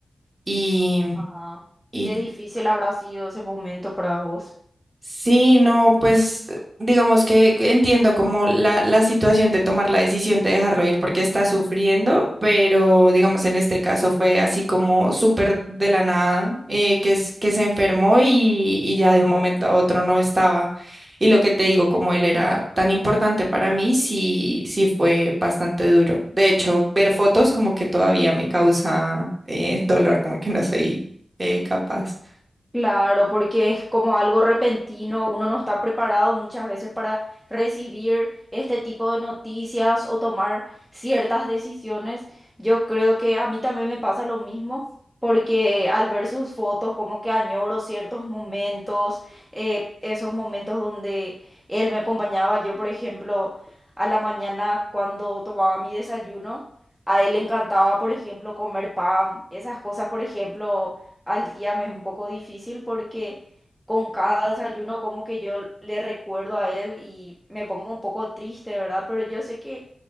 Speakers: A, on the right (about 25°); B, in the centre.
A: y,
B: Ah,
A: y
B: qué difícil habrá sido ese momento para vos.
A: Sí, no, pues digamos que, que entiendo como la, la situación de tomar la decisión de dejarlo ir porque está sufriendo, pero digamos en este caso fue así como súper de la nada, eh, que, es- que se enfermó y, y ya de un momento a otro no estaba. Y lo que te digo, como él era tan importante para mí, sí, sí fue bastante duro. De hecho, ver fotos como que todavía me causa eh, <laughs> dolor, como que no soy eh, capaz.
B: Claro, porque es como algo repentino, uno no está preparado muchas veces para recibir este tipo de noticias o tomar ciertas decisiones. Yo creo que a mí también me pasa lo mismo, porque al ver sus fotos como que añoro ciertos momentos, eh, esos momentos donde él me acompañaba, yo por ejemplo, a la mañana cuando tomaba mi desayuno. A él le encantaba, por ejemplo, comer pan, esas cosas, por ejemplo, al día me es un poco difícil porque con cada desayuno como que yo le recuerdo a él y me pongo un poco triste, ¿verdad? Pero yo sé que,